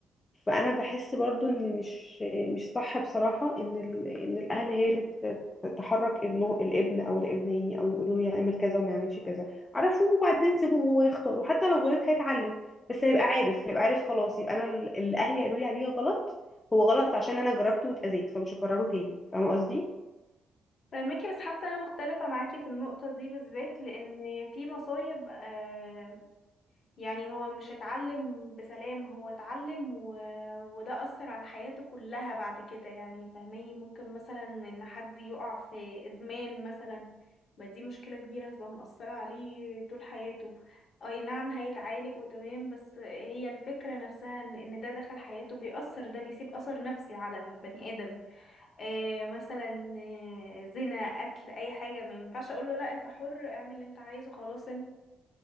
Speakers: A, on the left; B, on the left.
A: فانا بحس برضو ان مش مش صح بصراحه ان ال... ان الاهل هي اللي ت- ت- تحرك ابنه الابن او الابنين او يقولوا له يعمل كذا وما يعملش كذا عرفوه وبعدين سيبوه هو يختار وحتى لو غلط هيتعلم بس هيبقى عارف هيبقى عارف خلاص يبقى انا ال- اللي اهلي قالوا لي عليه غلط هو غلط عشان انا جربته واتاذيت فمش هكرره تاني فاهمه قصدي
B: فاهمكي بس حاسة انا مختلفة معاكي في النقطة دي بالذات لأن في مصايب آه، يعني هو مش اتعلم بسلام هو اتعلم و... وده أثر على حياته كلها بعد كده يعني فاهماني ممكن مثلا ان حد يقع في ادمان مثلا ما دي مشكلة كبيرة هتبقى مؤثرة عليه طول حياته اي نعم هيتعالج وتمام بس هي الفكرة نفسها ان إن ده دخل حياته بيأثر ده بيسيب أثر نفسي على البني آدم آه مثلا آه، زنا قتل اي حاجة ما ينفعش اقول له لا انت حر اعمل اللي انت عايزه خلاص